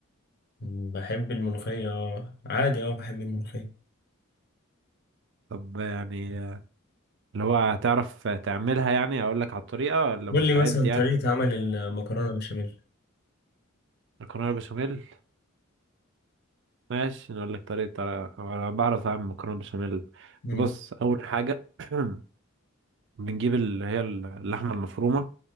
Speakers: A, on the left; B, on the right.
A: بحب الملوخية آه، عادي اه بحب الملوخية
B: طب يعني اللي هو هتعرف تعملها يعني أقول لك على الطريقة ولا
A: قول
B: مستعد
A: لي مثلا
B: يعني
A: طريقة عمل المكرونة بشاميل
B: مكرونة بشاميل ماشي نقول لك طريقة طريقة أنا بعرف أعمل مكرونة بشاميل
A: امم
B: بص أول حاجة <clears throat> بنجيب اللي هي اللحمة المفرومة